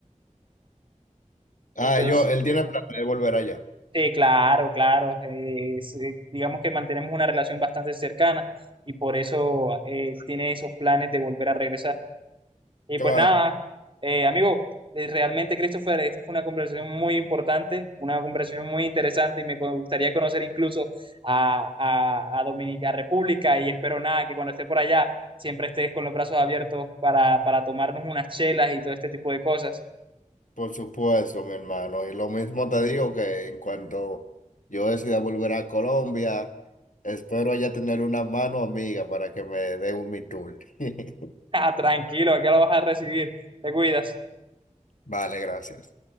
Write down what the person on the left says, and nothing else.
Ah,
yo, él tiene planes de volver allá.
Claro.
Por supuesto, mi hermano. Y lo mismo te digo que en cuanto yo decida volver a Colombia, espero allá tener una mano amiga para que me dé un mi tour. <laughs>
Vale, gracias.